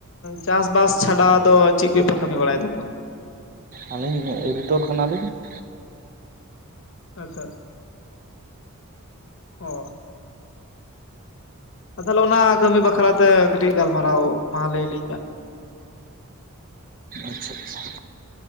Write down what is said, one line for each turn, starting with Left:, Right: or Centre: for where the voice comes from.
Left: ᱪᱟᱥᱵᱟᱥ ᱪᱷᱟᱰᱟ ᱫᱚ ᱪᱮᱫ ᱠᱚᱯᱮ ᱠᱟᱹᱢᱤ ᱵᱟᱲᱟᱭ ᱛᱟᱵᱚᱱᱟ?
Right: ᱟᱹᱞᱤᱧ ᱮᱰᱤᱴᱚᱨ ᱠᱟᱱᱟᱞᱤᱧ ᱾
Left: ᱟᱪᱪᱷᱟ ᱟᱪᱪᱷᱟ ᱚ ᱟᱨ ᱛᱟᱦᱚᱞᱮ ᱚᱱᱟ ᱠᱟᱹᱢᱤ ᱵᱟᱠᱷᱨᱟᱛᱮ ᱠᱟᱹᱴᱤᱡ ᱜᱟᱞᱢᱟᱨᱟᱣ ᱢᱟ ᱞᱟᱹᱭᱟᱞᱤᱧ ᱵᱮᱱ ᱾
Right: ᱟᱪᱪᱷᱟ ᱟᱪᱪᱷᱟ